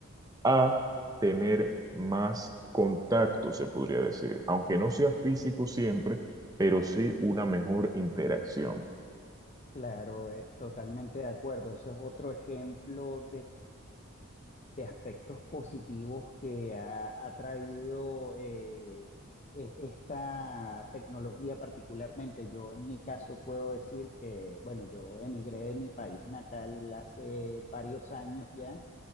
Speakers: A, on the right; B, on the left.
A: a tener más contacto, se podría decir, aunque no sea físico siempre, pero sí una mejor interacción.
B: Claro, eh, totalmente de acuerdo. Eso es otro ejemplo de aspectos positivos que ha, ha traído eh, e- esta tecnología particularmente. Yo en mi caso puedo decir que, bueno, yo emigré de mi país natal hace varios años ya